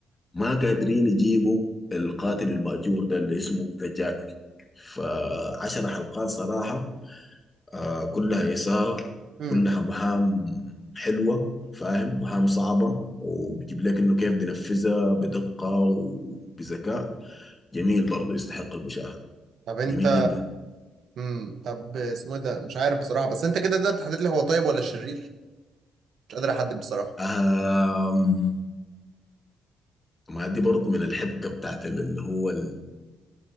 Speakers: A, on the left; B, on the right.
A: ما قادرين يجيبوا القاتل المأجور ده اللي اسمه ذا جاكل فعشر حلقات صراحه آه كلها إثارة
B: امم
A: كلها مهام حلوة فاهم مهام صعبة وبيجيب لك إنه كيف بينفذها بدقة وبذكاء جميل برضو يستحق المشاهدة
B: طب انت
A: جميل جدا
B: امم طب اسمه إيه ده مش عارف بصراحه بس انت كده تقدر تحدد لي هو طيب ولا شرير مش قادر احدد بصراحه
A: آم ما دي برضو من الحبكة بتاعت اللي هو ال-